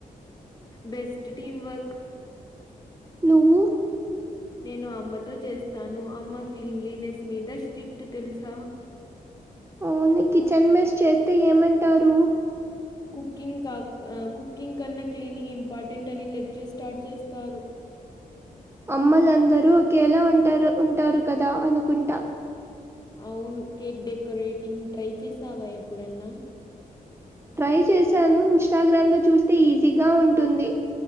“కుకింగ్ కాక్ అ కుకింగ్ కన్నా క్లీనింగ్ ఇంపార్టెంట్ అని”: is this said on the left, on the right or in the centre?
Left